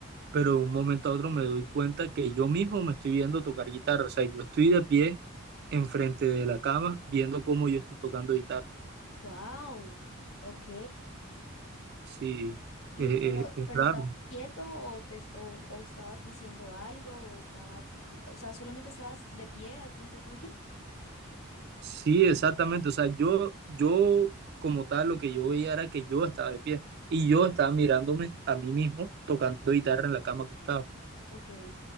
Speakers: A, on the right (about 50°); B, on the left (about 70°).
A: pero de un momento a otro me doy cuenta que yo mismo me estoy viendo tocar guitarra. O sea, yo estoy de pie enfrente de la cama viendo cómo yo estoy tocando guitarra.
B: ¡Wow! Ok.
A: Sí,
B: Y
A: eh,
B: pero,
A: eh, es
B: pero
A: raro.
B: estabas quieto o te o, o estabas diciendo algo o estabas, qui- o sea, solamente estabas de pie al frente tuyo.
A: Sí, exactamente. O sea, yo, yo como tal, lo que yo veía era que yo estaba de pie y yo estaba mirándome a mí mismo tocando guitarra en la cama acostado.
B: Ok.